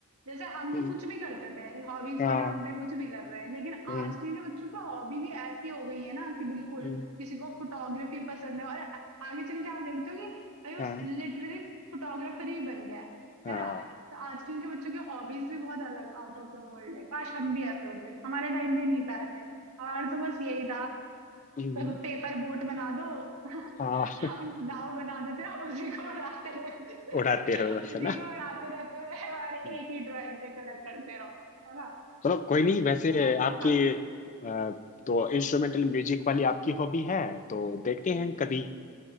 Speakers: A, on the right (about 80°); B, on the left (about 35°).
A: जैसे हम
B: हम्म,
A: तो कुछ भी करते थे हॉबीज
B: हाँ
A: के नाम पे कुछ भी कर रहे हैं लेकिन
B: हम्म,
A: आजकल के बच्चों की हॉबी भी ऐसी हो गई है ना कि बिल्कुल
B: हम्म,
A: किसी को फोटोग्राफी पसंद है और आगे चल के आप देखते हो कि भाई
B: हाँ
A: बस लिटरली फोटोग्राफर ही बन गया है
B: हाँ
A: है ना तो आजकल के बच्चों की हॉबीज भी बहुत अलग आउट ऑफ द वर्ल्ड है काश हम भी ऐसे होते हमारे टाइम पे नहीं था ऐसे हमारा तो बस यही था
B: हम्म,
A: पेपर बोट बना दो <laughs>
B: हाँ
A: हम नाव बना देते हैं उसी को उड़ाते रहते थे
B: उड़ाते
A: <laughs>
B: रहो बस
A: उसी
B: है ना
A: को उड़ाते रहते हैं और एक
B: हम्म।
A: ही ड्राइंग पे कलर करते रहो है ना
B: चलो कोई नहीं वैसे
A: ऐसे
B: आपकी
A: ही था हम्म,
B: अ, तो इंस्ट्रूमेंटल म्यूजिक वाली आपकी हॉबी है तो देखते हैं कभी